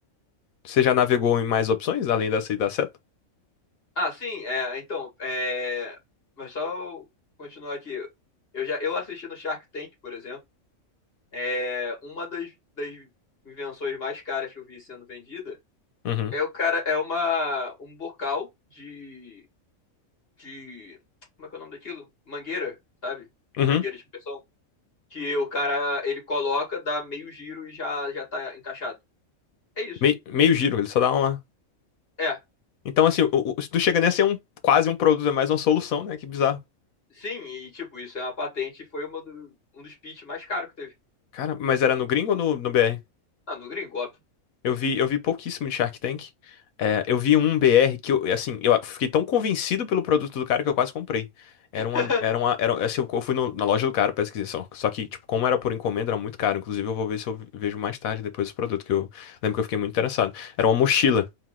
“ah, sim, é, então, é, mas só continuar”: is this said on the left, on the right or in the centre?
Left